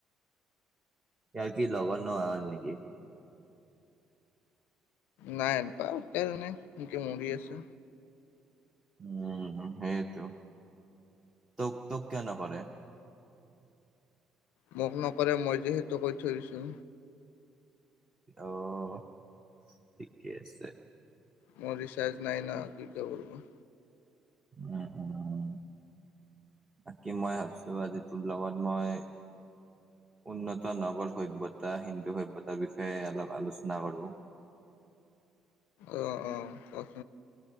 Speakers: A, on the right; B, on the left.
A: ইয়াৰ কি লগৰ নোহোৱা হ'ল নেকি?
B: নাই পাহ তে জানে কেন কে মৰি আছে।
A: উম সেইটো তোক তোক কিয় নকৰে।
B: মোক নকলে মই যে সেইতো কৈ থৈ দিছোঁ।
A: অহ ঠিকেই আছে।
B: মোৰ ৰিচাৰ্জ নাই না কি <unintelligible>
A: উম উম। বাকী মই ভাবছো আজি তোৰ লগত মই উন্নত নগৰ সভ্যতা হিন্দু সভ্যতাৰ বিষয়ে অলপ আলোচনা কৰোঁ। <inaudible>
B: অ অ